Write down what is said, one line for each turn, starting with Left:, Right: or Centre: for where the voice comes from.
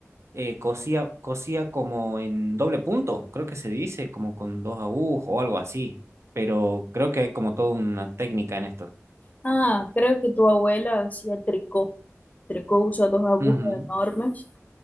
Right: eh, cosía, cosía como en doble punto, creo que se dice, como con dos agujas o algo así. Pero creo que hay como toda una técnica en esto.
Left: Ah, creo que tu abuela hacía tricot. Tricot usa dos agujas
Right: Ujú.
Left: enormes.